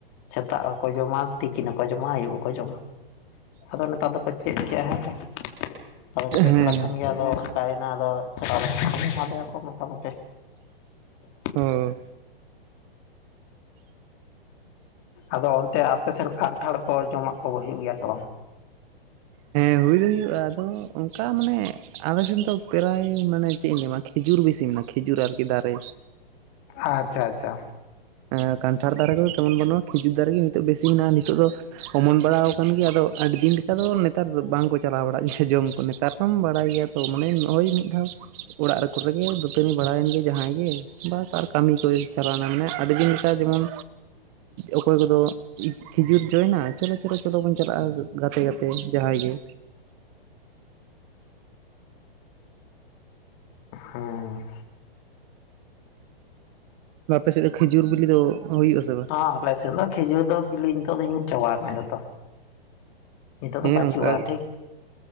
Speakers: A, on the left; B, on the right.
A: ᱥᱮᱛᱟᱜ ᱦᱚᱸᱠᱚ ᱡᱚᱢᱟ ᱛᱤ ᱠᱤᱱ ᱦᱚᱸᱠᱚ ᱡᱚᱢᱟ ᱟᱹᱭᱩᱵ ᱦᱚᱸᱠᱚ ᱡᱚᱢᱟ, ᱟᱫᱚ ᱱᱮᱛᱟᱨ ᱫᱚᱠᱚ ᱪᱮᱫ ᱠᱮᱜᱼᱟ ᱦᱮᱸᱥᱮ᱾ ᱟᱫᱚ ᱪᱮᱫ
B: ᱦᱮᱸ
A: ᱞᱮᱠᱷᱟᱱ ᱜᱮ ᱟᱫᱚ ᱚᱠᱟᱭᱱᱟ ᱟᱫᱚ ᱪᱟᱞᱟᱣ ᱞᱮᱠᱷᱟᱱ ᱜᱮ ᱮᱢᱟ ᱞᱮᱭᱟᱠᱚ ᱢᱚᱴᱟᱢᱩᱴᱤ <inaudible>
B: ᱚ᱾
A: ᱟᱫᱚ ᱚᱱᱛᱮ ᱟᱯᱮᱥᱱ ᱠᱟᱱᱴᱷᱟᱲ ᱠᱚ ᱡᱚᱢᱟᱜ ᱠᱚ ᱦᱩᱭᱩᱜ ᱜᱮᱭᱟ ᱥᱮ ᱵᱟᱝ?
B: ᱦᱮᱸ ᱦᱩᱭ ᱫᱚ ᱦᱩᱭᱩᱜᱼᱟ ᱟᱫᱚ ᱚᱝᱠᱟ ᱢᱟᱱᱮ ᱟᱞᱮ ᱥᱮᱱ ᱫᱚ ᱯᱮᱨᱟᱭ ᱢᱟᱱᱮ ᱪᱮᱫ ᱤᱧ ᱧᱟᱹᱭᱟᱢᱟ ᱠᱷᱤᱡᱩᱨ ᱵᱮᱥᱤ ᱢᱮᱱᱟᱜᱼᱟ ᱠᱷᱤᱡᱩᱨ ᱟᱨᱠᱤ ᱫᱟᱨᱮ
A: ᱟᱪᱪᱷᱟ ᱪᱷᱟ ᱪᱷᱟ᱾
B: ᱮᱸ ᱠᱟᱱᱴᱷᱟᱲ ᱫᱟᱨᱮ ᱠᱚ ᱛᱮᱢᱚᱱ ᱵᱟᱹᱱᱩᱜᱼᱟ, ᱠᱷᱤᱡᱩᱨ ᱫᱟᱨᱮ ᱜᱤ ᱱᱤᱛᱚᱜ ᱵᱮᱥᱤ ᱢᱮᱱᱟᱜᱼᱟ, ᱱᱤᱛᱚᱜ ᱫᱚ ᱚᱢᱚᱱ ᱵᱟᱲᱟᱣ ᱠᱟᱱ ᱜᱮᱭᱟ ᱟᱫᱚ ᱟᱹᱰᱤ ᱫᱤᱱ ᱚᱱᱠᱟ ᱫᱚ ᱱᱮᱛᱟᱨ ᱵᱟᱝᱠᱚ ᱪᱟᱞᱟᱣ ᱵᱟᱲᱟᱜ ᱜᱮᱭᱟ ᱡᱚᱢ ᱠᱚ ᱱᱮᱛᱟᱨ ᱫᱚᱢ ᱵᱟᱲᱟᱭ ᱜᱮᱭᱟ ᱛᱚ ᱢᱟᱱᱮ ᱱᱚᱜᱼᱚᱭ ᱢᱤᱫ ᱫᱷᱟᱣ ᱚᱲᱟᱜ ᱨᱮ ᱠᱚᱨᱮᱜᱮ ᱫᱟᱹᱛᱟᱹᱱᱤ ᱵᱟᱲᱟᱭᱮᱱ ᱜᱮ ᱡᱟᱦᱟᱸᱭ ᱜᱮ ᱵᱟᱥ ᱟᱨ ᱠᱟᱹᱢᱤ ᱠᱚᱭ ᱪᱟᱞᱟᱣᱱᱟ ᱢᱟᱱᱮ ᱟᱹᱰᱤᱫᱤᱱ ᱞᱮᱠᱟ ᱡᱮᱢᱚᱱ ᱚᱠᱚᱭ ᱠᱚᱫᱚ ᱠᱷᱤᱡᱩᱨ ᱡᱚᱭᱮᱱᱟ ᱪᱚᱞᱚ ᱪᱚᱞᱚ ᱪᱚᱞᱚ ᱵᱚᱱ ᱪᱟᱞᱟᱜᱼᱟ᱾ ᱜᱟᱛᱮ ᱜᱟᱛᱮ ᱡᱟᱦᱟᱸᱭ ᱜᱮ,
A: ᱚᱸ᱾
B: ᱟᱯᱮ ᱥᱮᱫ ᱫᱚ ᱠᱷᱟᱹᱡᱩᱨ ᱵᱤᱞᱤ ᱫᱚ ᱦᱩᱭᱩᱜ ᱟᱥᱮ ᱵᱟᱝ?
A: ᱦᱚᱸ ᱟᱞᱮ ᱥᱮᱱ ᱫᱚ ᱠᱷᱤᱡᱩᱨ ᱫᱚ ᱵᱤᱞᱤ ᱱᱤᱛᱚᱜ ᱫᱚ ᱧᱩᱨ ᱪᱟᱵᱟ ᱠᱟᱱᱟ ᱡᱷᱚᱛᱚ᱾ ᱱᱤᱛᱳ ᱫᱚ
B: ᱦᱮᱸ
A: ᱵᱟᱹᱪᱩᱜᱼᱟ
B: ᱚᱱᱠᱟ
A: ᱴᱷᱤᱠ᱾